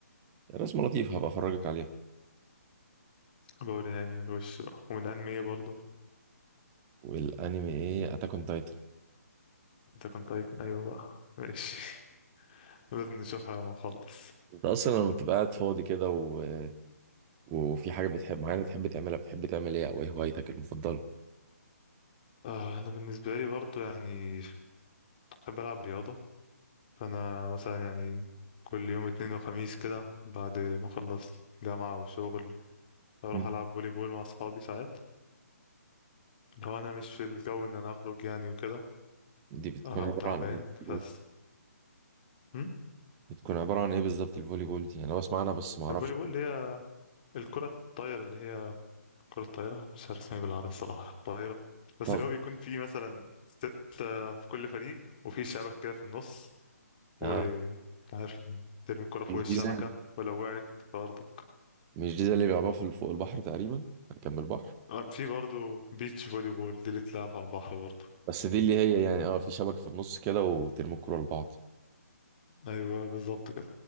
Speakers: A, on the right; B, on the left.
A: رسمة لطيفة هبقى أفرجك عليها
B: بوري يعني وش بقى ومن انمي ايه برضو
A: والأنمي إيه أتاك أون تايتن
B: انت كنت عايز- ايوه بقى ماشي <laughs> لازم نشوفها لما نخلص
A: أنت أصلا لما بتبقى قاعد فاضي كده و... وفي حاجة بتحب معينة بتحب تعملها بتحب تعمل إيه أو إيه هوايتك المفضلة
B: آه انا بالنسبه لي برضو يعني بحب العب رياضه فانا مثلا يعني كل يوم اتنين وخميس كده بعد ما اخلص جامعة وشغل بروح
A: مم.
B: العب فولي بول مع اصحابي ساعات لو انا مش في الجو ان انا اخرج يعني وكده
A: دي بتكون
B: آه، او
A: عبارة
B: تعبان
A: عن إيه الفوليبول.
B: بس هم؟
A: بتكون عبارة عن إيه بالظبط الفولي بول دي أنا بسمع عنها بس معرفش
B: الفولي بول اللي هي الكرة الطايرة اللي هي كرة الطايرة مش عارف اسمها إيه بالعربي الصراحة الطايرة بس
A: طب
B: اللي هو بيكون فيه مثلا ستة في كل فريق وفي شبكة كده في النص و
A: آه
B: عارف ترمي الكرة فوق
A: مش
B: الشبكة
A: دي زي-
B: ولو وقعت في أرضك
A: مش دي زي اللي بيلعبوها في- فوق البحر تقريبا جنب البحر
B: آه، في برضه بيتش فولي بول دي اللي بتلعب على البحر برضه
A: بس دي اللي هي يعني اه في شبكة في النص كده وترموا الكورة لبعض
B: أيوه بالظبط كده